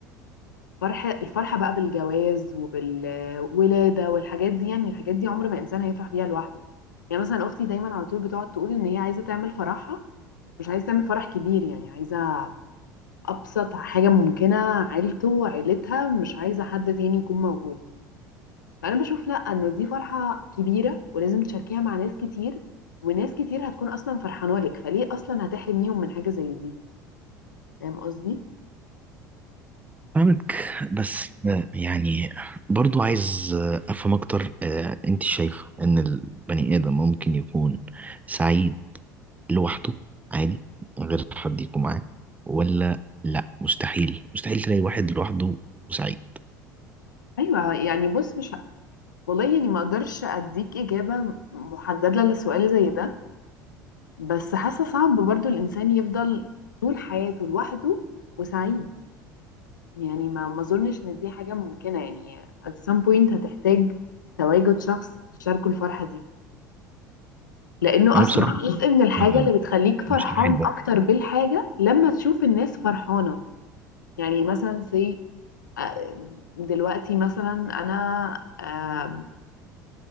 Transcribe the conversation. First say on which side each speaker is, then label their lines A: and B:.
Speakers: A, on the left (about 85°); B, on the right (about 15°).
A: الفرحه الفرحه بقى بالجواز وبالولاده والحاجات دي يعني الحاجات دي عمر ما انسان هيفرح بيها لوحده يعني مثلا اختي دايما على طول بتقعد تقول ان هي عايزه تعمل فرحها مش عايزه تعمل فرح كبير يعني عايزه ابسط حاجه ممكنه عيلته عيلتها مش عايزه حد تاني يكون موجود فانا بشوف لا انه دي فرحه كبيره ولازم تشاركيها مع ناس كتير وناس كتير هتكون اصلا فرحانه لك فليه اصلا هتحرميهم من حاجه زي دي فاهم قصدي
B: فاهمك بس آه، يعني برضو عايز آه، افهم اكتر آه، انت شايفه ان البني ادم ممكن يكون سعيد لوحده عادي من غير حد يكون معاه ولا لا مستحيل مستحيل تلاقي واحد لوحده وسعيد
A: ايوه يعني بص مش ه- والله يعني ما اقدرش اديك اجابه محدده لسؤال زي ده بس حاسه صعب برضو الانسان يفضل طول حياته لوحده وسعيد يعني ما ما اظنش ان دي حاجه ممكنه يعني at some point هتحتاج تواجد شخص تشاركه الفرحه دي لانه
B: انا
A: اصلا
B: بصراحة
A: جزء من الحاجه
B: بحبها
A: اللي بتخليك فرحان
B: مستحيل برضه
A: اكتر بالحاجه لما تشوف الناس فرحانه يعني مثلا زي آه، دلوقتي مثلا انا آه،